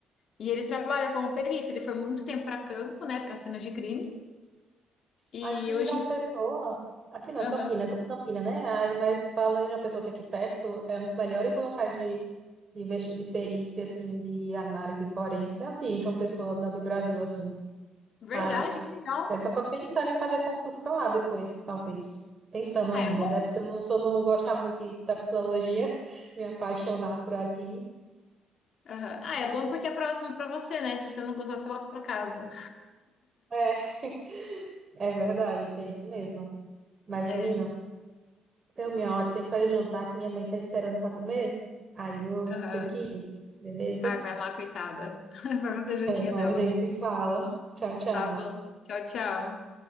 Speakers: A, on the left (about 60°); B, on the right (about 35°).
A: e ele trabalha como perito. Ele foi muito tempo para campo, né, para cenas de crime. E
B: Aqui em
A: hoje.
B: João Pessoa... Aqui não,
A: Aham.
B: Campinas, sou de Campinas, né? Aí, mas fala em João Pessoa que aqui perto é um dos melhores locais de, de, investi- de perícia, assim, de análise forense. Aqui em João Pessoa, na- do Brasil, assim.
A: Verdade,
B: Aí
A: que legal.
B: Eu tava pensando em fazer concurso pra lá depois, talvez. Pensando
A: Ah,
B: ainda,
A: é bom.
B: né? Se eu não, se eu não gostar muito de- da psicologia, <laughs> me apaixonar por aqui.
A: Aham. Ah, é bom porque é próximo pra você, né? Se você não gostar, você volta pra casa.
B: É, <laughs> é verdade, tem isso mesmo. Mas,
A: É.
B: menina, deu minha hora, tem que fazer jantar que minha mãe tá esperando pra comer. Aí eu
A: Aham.
B: tenho que ir, beleza?
A: Ai, vai lá, coitada. <laughs> Vai fazer a jantinha
B: É, Mas
A: dela.
B: a gente se fala. Tchau, tchau.
A: Tá bom. Tchau, tchau.